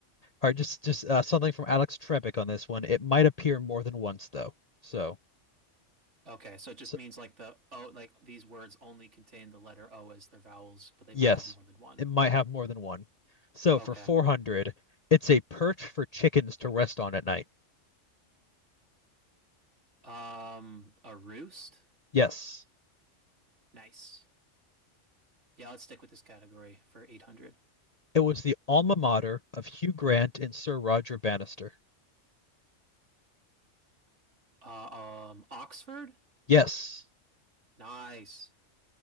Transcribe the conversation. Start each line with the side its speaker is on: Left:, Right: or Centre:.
Left: right, just just uh, something from Alex Trebek on this one. It might appear more than once though. So,
Right: Okay, so it just
Left: so
Right: means like the O, like these words only contain the letter O as their vowels, but they
Left: Yes,
Right: might have more than one.
Left: it might have more than one. So
Right: Okay.
Left: for 400, it's a perch for chickens to rest on at night.
Right: Um, a roost?
Left: Yes,
Right: Nice. Yeah, let's stick with this category for 800.
Left: it was the alma mater of Hugh Grant and Sir Roger Bannister.
Right: Uh, um, Oxford?
Left: Yes,
Right: Nice.